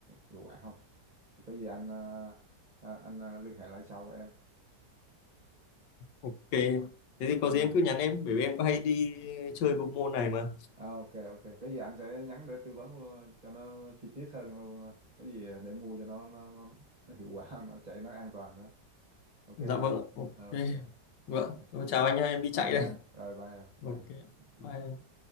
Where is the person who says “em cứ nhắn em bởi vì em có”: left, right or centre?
Left